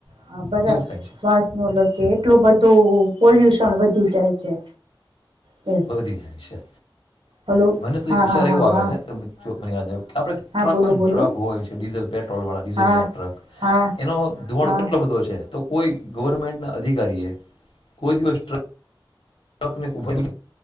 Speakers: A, on the right; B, on the left.
A: હા બરાબર
B: કેવું થાય છે.
A: શ્વાસ ન લો કે એટલું બધું પોલ્યુશન વધી જાય છે. એમ
B: વધી જાય છે.
A: હલો
B: મને તો
A: હા
B: એક વિચાર
A: હા હા
B: એવો આવે
A: હા
B: છે <unintelligible> મને યાદ આયવું આપડે ટ્રક
A: હા બોલો
B: હોય ને
A: બોલો
B: ટ્રક હોય છે. ડીઝલ પેટ્રોલ વાળા ડીઝલ
A: હા
B: જે ટ્રક.
A: હા
B: એનો ધુવાડો
A: હા
B: કેટલો બધો છે. તો કોઈ ગવર્મેન્ટના અધિકારીએ કોઈ દિવસ ટ્રક ટ્રકને ઊભું <unintelligible>